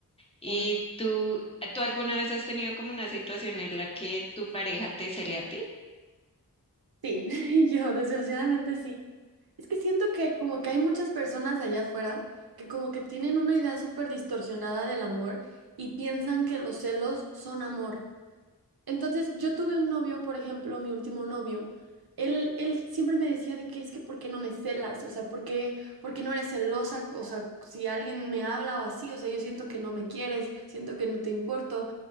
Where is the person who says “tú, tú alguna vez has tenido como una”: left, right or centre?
Left